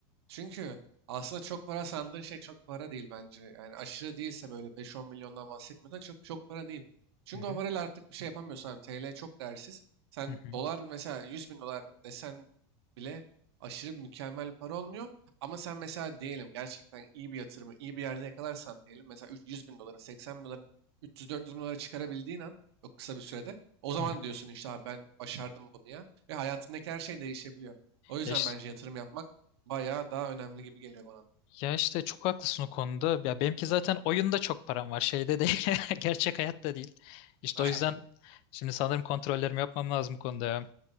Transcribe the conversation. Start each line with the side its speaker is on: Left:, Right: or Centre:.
Right: Çünkü aslında çok para sandığın şey çok para değil bence. Yani aşırı değilse böyle 5-10 milyondan bahsetmiyorsan çok çok para değil. Çünkü
Left: Hı hı,
Right: o parayla artık bir şey yapamıyorsun. Hani TL çok değersiz. Sen
Left: hı hı,
Right: dolar mesela 100 bin dolar desen bile aşırı mükemmel para olmuyor. Ama sen mesela diyelim gerçekten iyi bir yatırımı iyi bir yerde yakalarsan diyelim. Mesela üç- 100 bin doları 80 bin doların 300-400 bin dolara çıkarabildiğin an çok kısa bir sürede. O zaman
Left: hı hı.
Right: diyorsun işte abi ben başardım bunu ya. Ve hayatındaki her şey değişebiliyor. O yüzden
Left: Ya, iş-
Right: bence yatırım yapmak bayağı daha önemli gibi geliyor bana.
Left: ya işte çok haklısın o konuda. Ya benimki zaten oyunda çok param var. Şeyde değil. <laughs> Gerçek hayatta değil. İşte
Right: da.
Left: o
Right: <laughs>
Left: yüzden şimdi sanırım kontrollerimi yapmam lazım bu konuda. ya.